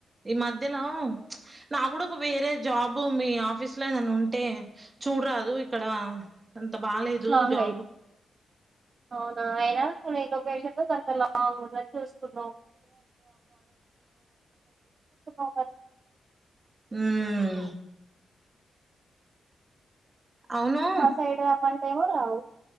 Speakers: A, on the right; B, on the right.
A: ఈ మధ్యలో, ప్చ్ నా కూడా ఒక వేరే జాబు, మీ ఆఫీస్ లో ఏదన్నా ఉంటే చూడరాదు ఇక్కడ? బాలేదు
B: లాంగ్
A: జాబ్
B: అయింది. అవునా అయినా లొకేషన్ కొంత లాంగ్ ఉందను చూస్తున్న. <unintelligible>
A: హ్మ్! అవును
B: మా సైడ్ ఆ పని ఎవరు? రావ్